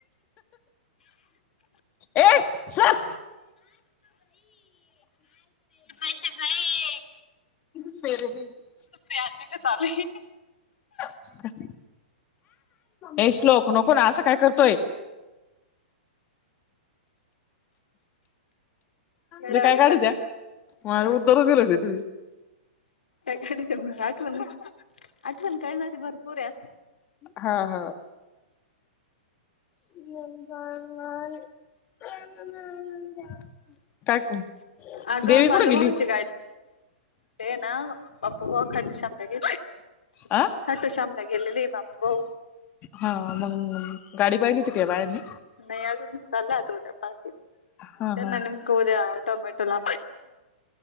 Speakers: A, on the left; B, on the left.
A: ए सर
B: पश गय.
A: <unintelligible>
B: <unintelligible> चालू हाय.
A: कर. ए श्लोक नको ना असं काय करतोय. <inaudible>
B: वेड्यावाणी
A: ते काय काढ
B: करते.
A: द्या उधर दिलं <unintelligible>
B: त्या <unintelligible> आठवण आठवण करणारी भरपूर आहे अस.
A: हा हा. <unintelligible>
B: आग
A: देवी
B: बालूमामाचे.
A: कुठे गेली
B: ते ना. बापू भाऊ खंड शमला गेलोय,
A: अ
B: खंट शमला गेलेल हाय बापू.
A: हा मग गाडी पाहिजे तीके बाळ्यांने
B: नाही अजून चाललं आत उद्या पात
A: हा
B: त्यांना
A: हा
B: नेमक उद्या टोमॅटो ला प